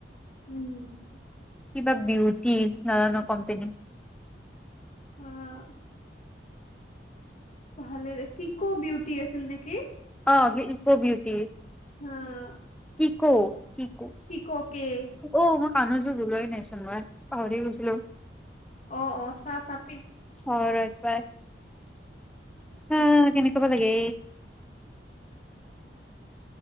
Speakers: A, on the left; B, in the centre.
A: উম্।
B: কিবা বিউটি, নাজানোঁ কোম্পানী
A: অ', ভালে দে, ইক'বিউটি আছিল নেকি?
B: অ', ইক'বিউটি।
A: অ'।
B: ক' ইক'
A: কি'কৌ, কে এ।
B: অ', মই কানৰযোৰ উলোৱাই নাইচোন, মই পাহৰিয়ে গৈছিলোঁ।
A: অ', অ', চাহ পাত।
B: হয় এইবাৰ, অ'কেনেকুৱা বা লাগে।